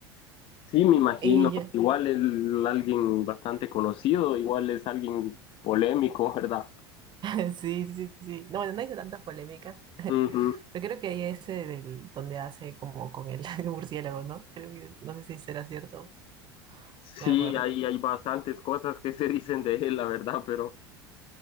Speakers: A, on the left; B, on the right.
A: Sí, me imagino.
B: Y yo,
A: Igual es alguien bastante conocido, igual es alguien polémico, <laughs> ¿verdad?
B: <laughs> sí, sí, sí. sí. No, bueno, no hice tantas polémicas,
A: Ujú.
B: pero creo que hay ese del donde hace como con el <laughs> murciélago, ¿no? Creo que, no sé si será cierto,
A: Sí,
B: no me acuerdo.
A: hay, hay bastantes cosas que se dicen de él, la verdad, pero